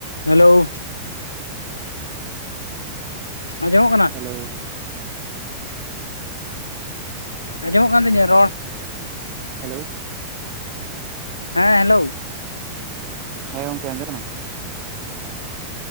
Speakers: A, on the left; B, on the right.
A: Hello ᱟᱸᱡᱚᱢᱼᱚᱜ ᱠᱟᱱᱟ
B: hello
A: ᱟᱸᱡᱚᱢᱼᱚᱜ ᱠᱟᱱ ᱛᱤᱧᱟᱹ ᱨᱚᱲ
B: ᱦᱮᱞᱳ
A: ᱦᱮᱸ ᱦᱮᱞᱳ
B: ᱦᱮᱸ ᱜᱚᱢᱠᱮ ᱟᱸᱡᱚᱢ ᱫᱟᱢ